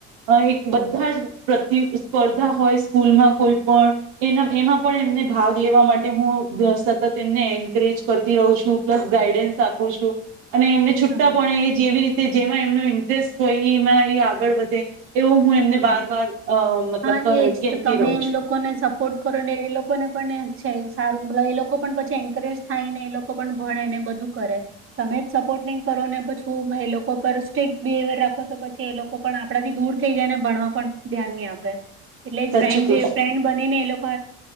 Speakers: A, on the right; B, on the right.
A: અ એક બધા જ પ્રતિ સ્પર્ધા હોય સ્કૂલમાં કોઈ પણ, એના એમાં પણ એમને ભાગ લેવા માટે હું સતત એમને એન્કરેજ કરતી રહું છું પ્લસ ગાઈડન્સ આપું છું. અને એમને છુટ્ટા
B: હા
A: પણે એ જેવી રી તે જેમાં એમનું ઇન્ટરેસ્ટ હોય ઈમાં એ આગળ વધે. એવો હું એમને બાર
B: હા
A: વાર અ મતલબ
B: હા એજ
A: કહેતી
B: તો તમે
A: રહું
B: એમ
A: છું
B: લોકોને સપોર્ટ કરો ને એ લોકોને પણ ને છે સારું મતલ એ લોકો પણ પછી એન્કરેજ થાયને એ લોકો પણ ભણે ને બધું કરે, તમે જ સપોર્ટ નહીં કરો ને પછું એ લોકો પર સ્ટીકટ બિહેવિયર રાખો તો પછી એ લોકો પણ આપણાથી દૂર થઈ જાય ને ભણવા પણ ધ્યાન નહીં આ પે. એટલે
A: સાચું
B: ફ્રેન્ડ
A: કહો
B: જે ફ્રેન્ બની ને એ લોકો